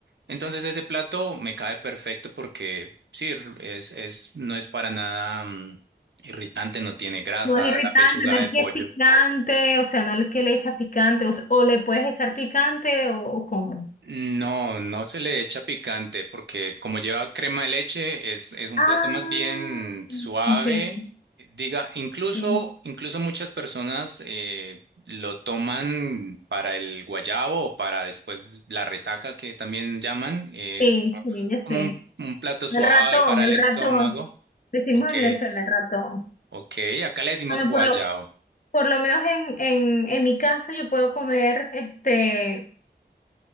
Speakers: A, on the right; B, on the left.
A: Entonces ese plato me cae perfecto porque sí, r- es, es, no es para nada mm, irritante, no tiene grasa,
B: No es irritante,
A: la pechuga
B: no es
A: de pollo.
B: que es picante, o sea, no es que le echas picante, o, s- o le puedes echar picante o, o cómo.
A: No, no se le echa picante porque como lleva crema de leche, es, es un
B: Ah,
A: plato más bien suave.
B: entiendo.
A: Diga, incluso,
B: entiendo.
A: incluso muchas personas eh, lo toman para el guayabo o para después la resaca que también llaman, eh,
B: Sí, sí, ya sé.
A: como como un un plato suave
B: El ratón,
A: para el
B: el
A: estómago.
B: ratón. Decimos
A: Ok,
B: en Venezuela el ratón.
A: ok. Acá le decimos
B: Bueno,
A: guayao.
B: por lo, Por lo menos en, en, en mi caso yo puedo comer, este,